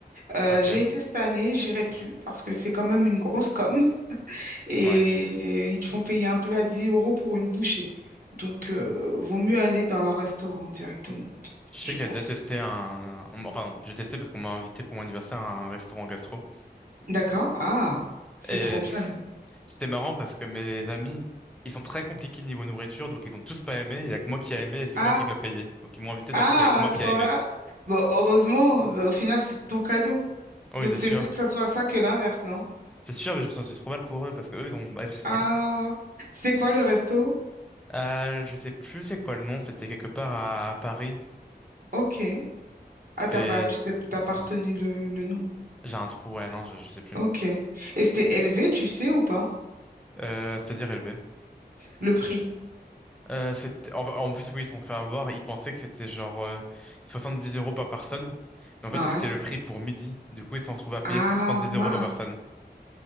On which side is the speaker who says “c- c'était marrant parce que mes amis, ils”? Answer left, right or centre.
Centre